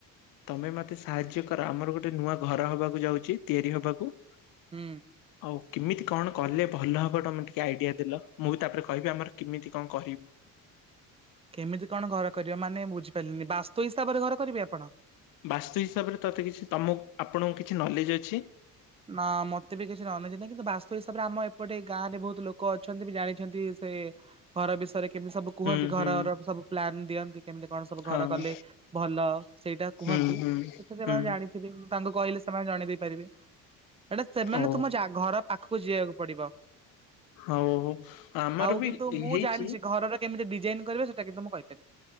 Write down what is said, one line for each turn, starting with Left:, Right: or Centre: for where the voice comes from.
Left: ତମେ ମତେ ସାହାଯ୍ୟ କର ଆମର ଗୋଟେ ନୂଆ ଘର ହବାକୁ ଯାଉଚି ତିଆରି ହବାକୁ।
Right: ହୁଁ।
Left: ଆଉ କେମିତି କଣ କଲେ ଭଲ ହବ ତମେ ଟିକେ ଆଇଡିଆ ଦେଲ। ମୁଁ ବି ତାପରେ କହିବି ଆମର କେମିତି କଣ କରିବୁ।
Right: କେମିତି କଣ ଘର କରିବ ମାନେ ବୁଝିପାଇଲିନି ବାସ୍ତୁ ହିସାବରେ ଘର କରିବେ ଆପଣ।
Left: ବାସ୍ତୁ ହିସାବରେ ତତେ କିଛି ତମୁକୁ ଆପଣଙ୍କୁ କିଛି ନଲେଜ ଅଛି?
Right: ନା ମତେ ବି କିଛି ନଲେଜ୍ ନାହିଁ କିନ୍ତୁ ବାସ୍ତୁ ହିସାବରେ ଆମ ଏପଟେ ଏ ଗାଁରେ ବୋହୁତ ଲୋକ ଅଛନ୍ତି ବି ଜାଣିଛନ୍ତି ସେଇ ଘର ବିଷୟରେ କେମିତି ସବୁ କୁହନ୍ତି
Left: ହୁଁ
Right: ଘରର
Left: ହୁଁ
Right: ସବୁ ପ୍ଲାନ ଦିଅନ୍ତି କେମିତି କଣ ସବୁ
Left: ହଁ
Right: ଘର କଲେ ଭଲ ସେଇଟା କୁହନ୍ତି
Left: ହୁଁ ହୁଁ
Right: ସେଠୁ ସେମାନେ
Left: ହୁଁ
Right: ଜାଣିଥିବେ ମୁଁ ତାଙ୍କୁ କହିଲେ ସେମାନେ ଜଣି ଦେଇପାରିବେ। ଏଇଟା ସେମାନେ
Left: ଓ
Right: ତମ ଜା ଘର ପାଖକୁ ଯିବାକୁ ପଡିବ।
Left: ହଉ ହଉ। ଆମର
Right: ଆଉ
Left: ବି
Right: କିନ୍ତୁ ମୁଁ
Left: ହେଇଛି
Right: ଜାଣିଚି ଘରର କେମିତି ଡିଜାଇନ କରିବେ ସେଟା କିନ୍ତୁ ମୁଁ କହିପାରିବି।